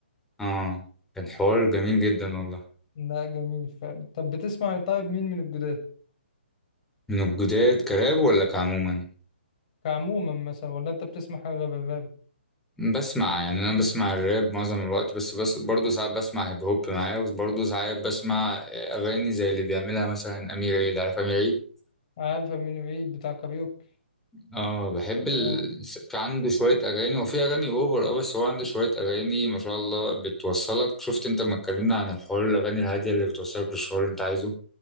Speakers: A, in the centre; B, on the left (about 40°).
A: اه كان حوار جميل جدا والله
B: لا جميل فعلا طب بتسمع طيب مين من الجداد
A: من الجداد كراب ولا كعموما
B: كعموما مثلا ولا انت بتسمع حاجه غير الراب
A: بسمع يعني انا بسمع الراب معظم الوقت بس بس برضه ساعات بسمع هيب هوب معايا وبرضه ساعات بسمع اغاني زي اللي بيعملها مثلا امير عيد عارف امير عيد
B: عارفه من بعيد بتاع كاريوكي
A: اه بحب ال...
B: اه
A: في عنده شوية أغاني وفي أغاني أوفر اه بس هو عنده شوية أغاني ما شاء الله بتوصلك شفت أنت ما اتكلمنا عن الحوار الأغاني الهادية اللي بتوصلك للشعور اللي أنت عايزه